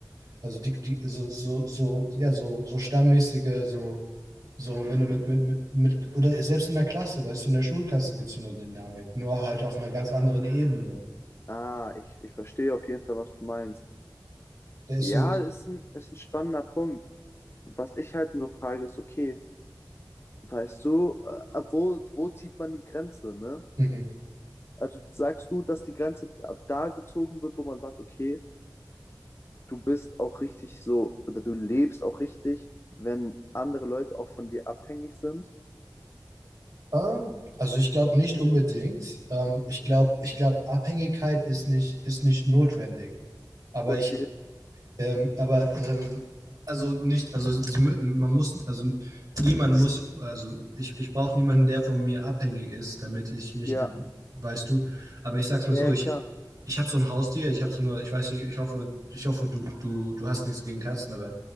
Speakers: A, on the right (about 55°); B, on the left (about 35°).
A: also die, die, so, so, so, ja, so, so stammmäßige, so, so, wenn du mit, mit, mit, mit, oder selbst in der Klasse, weißt du, in der Schulklasse gibt es so eine Dynamik, nur halt auf einer ganz anderen Ebene.
B: Ah, ich, ich verstehe auf jeden Fall, was du meinst.
A: der ist
B: Ja,
A: so,
B: ist ein, ist ein spannender Punkt. Was ich halt nur frage, ist, okay, Weißt du, äh, ab wo, wo zieht man die Grenze, ne?
A: mhm.
B: Also sagst du, dass die Grenze ab da gezogen wird, wo man sagt, okay, du bist auch richtig so, oder du lebst auch richtig, wenn andere Leute auch von dir abhängig sind?
A: Ähm, also ich glaube nicht unbedingt. Ähm, ich glaube, ich glaube, Abhängigkeit ist nicht, ist nicht notwendig. Aber
B: Okay,
A: ich, Ähm, aber ähm, also nicht, also sie, mü- man muss, also niemand muss, also ich, ich brauche niemanden, der von mir abhängig ist, damit ich mich,
B: ja,
A: äh, weißt du, aber ich sag's mal
B: ja,
A: so,
B: ja,
A: ich,
B: klar.
A: ich habe so ein Haustier, ich habe so eine, ich weiß nicht, ich hoffe, ich hoffe, du, du, du hast nichts gegen Katzen, aber